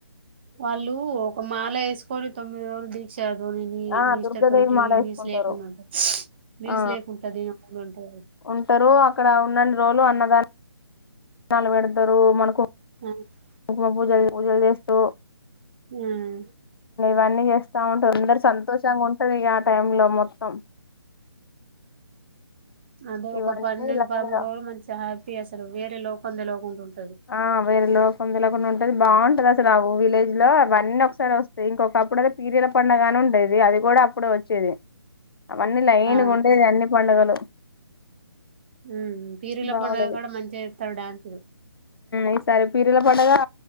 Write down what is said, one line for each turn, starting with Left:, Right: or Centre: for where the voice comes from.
Right: వాళ్ళు ఒక మాల వేసుకొని తొమ్మిది రోజులు దీక్షతోని
Left: ఆ
Right: నిష్ట
Left: దుర్గాదేవి
Right: తోటి
Left: మాల వేసుకుంటారు
Right: నీస్ లేకుండ ఉంటరు. నీస్
Left: ఆ
Right: లేకుండ పది దినాలుంటరు.
Left: ఉంటారు అక్కడ ఉన్నని రోజులు అన్నదాన దానాలు పెడతారు మనకు
Right: అ
Left: ఇల్లు కడిగి పూజలు చేస్తారు.
Right: వున
Left: మన్న ఎస్త కాబట్టి అందరు సంతోషాంగుంటరు ఇగ టైంలో మొత్తం
Right: అదే ఒక
Left: ఇవన్నీ
Right: పన్నెండు
Left: లైన్
Right: పదమూడు
Left: గా
Right: రోజులు మంచిగా హ్యాపీ చేస్తారు వేరే లో కొందేలో ఉంటుంది.
Left: ఆ వేరోలొ కుందొల గున్నద్ ది బాగుంటది అసలుఆ విలేజ్ లో అవన్నీ ఒకసారి వస్తాయి ఇంకొకప్పుడుతే పీర్ల పండుగని ఉంటది అది కూడా అప్పుడే వచ్చేది. అవన్నీ లైన్గా
Right: ఆ
Left: ఉండేది అన్ని పండుగలు
Right: ఊ పీరుల
Left: బాగుండేది
Right: పండుగ కూడా మంచిగా ఎస్తారు డ్యాన్సులు
Left: ఈ సారి పీర్ల పండగా